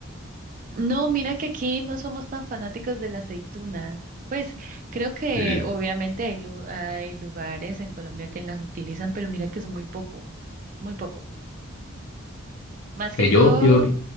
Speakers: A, on the right; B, on the left.
A: No, mira que aquí no somos tan fanáticos de la aceituna. Pues creo que
B: Mm,
A: obviamente hay, lu- hay lugares en Colombia que las utilizan, pero mira que es muy poco, muy poco. Más que
B: eh,
A: todo,
B: Yo, yo,